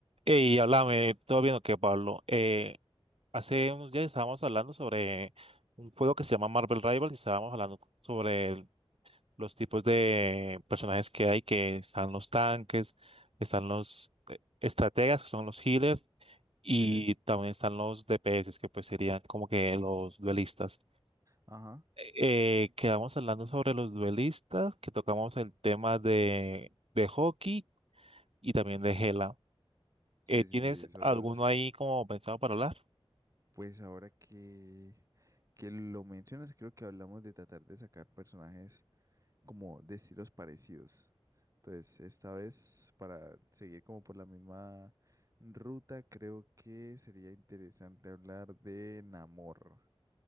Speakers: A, on the right (about 75°); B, on the right (about 35°).
A: Y háblame, todo bien o qué, Pablo. Eh, hace unos días estábamos hablando sobre un juego que se llama Marvel Rivals y estábamos hablando sobre el- los tipos de personajes que hay, que están los tanques, están los eh, estrategas, que son los healers, y
B: Sí,
A: también están los DPS, que pues serían como que los duelistas.
B: ajá.
A: Eh, quedamos hablando sobre los duelistas, que tocamos el tema de, de hockey y también de Hela.
B: Sí,
A: Eh, ¿tienes
B: sí, sí, esos
A: alguno
B: dos.
A: ahí como pensado para hablar?
B: Pues ahora que, que lo mencionas, creo que hablamos de tratar de sacar personajes como de estilos parecidos. Entonces, esta vez, para seguir como por la misma ruta, creo que sería interesante hablar de Namor.